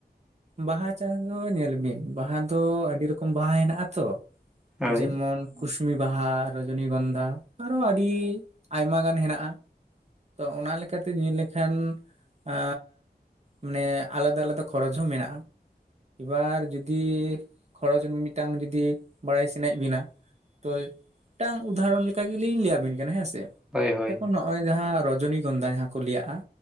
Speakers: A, on the right; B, in the centre.
A: ᱵᱟᱦᱟ ᱪᱟᱥ ᱫᱚ, ᱧᱮᱞ ᱵᱤᱱ, ᱵᱟᱦᱟ ᱫᱚ, ᱟᱹᱰᱤ ᱨᱚᱠᱚᱢ ᱵᱟᱦᱟ ᱦᱮᱱᱟᱜᱼᱟ ᱛᱚ,
B: ᱦᱳᱭ
A: ᱡᱮᱢᱚᱱ ᱠᱩᱥᱢᱤ ᱵᱟᱦᱟ, ᱨᱚᱡᱚᱱᱤᱜᱚᱱᱫᱷᱟ ᱟᱨᱚ, ᱟᱹᱰᱤ ᱟᱭᱢᱟ ᱜᱟᱱ, ᱦᱮᱱᱟᱜᱼᱟ ᱾ ᱛᱚ, ᱚᱱᱟ ᱞᱮᱠᱟᱛᱮ, ᱧᱮᱞ ᱞᱮᱠᱷᱟᱱ, ᱟᱼ ᱢᱟᱱᱮ, ᱟᱞᱟᱫᱟ ᱟᱞᱟᱫᱟ, ᱠᱷᱚᱨᱚᱪ ᱦᱚᱸ ᱢᱮᱱᱟᱜᱼᱟ ᱾ ᱮᱵᱟᱨ ᱡᱩᱫᱤ, ᱠᱷᱚᱨᱚᱪ ᱢᱤᱫᱴᱟᱝ, ᱡᱩᱫᱤ ᱵᱟᱲᱟᱭ ᱥᱟᱱᱟᱭᱮᱫ ᱵᱤᱱᱟ ᱛᱳᱭ, ᱢᱤᱫᱴᱟᱝ ᱩᱫᱷᱟᱦᱚᱨᱚᱱ ᱞᱮᱠᱟ ᱜᱮᱞᱤᱧ, ᱞᱟᱹᱭ ᱟᱵᱤᱱ ᱠᱟᱱᱟ, ᱦᱮᱸ ᱥᱮ
B: ᱦᱳᱭ
A: ᱾
B: ᱦᱳᱭ
A: <unintelligible> ᱱᱚᱜᱚᱭ ᱡᱟᱦᱟᱸ ᱨᱚᱡᱚᱱᱤ ᱜᱚᱸᱫᱷᱟ ᱡᱟᱦᱟᱸ ᱠᱚ, ᱞᱟᱹᱭ ᱭᱟᱜᱼᱟ,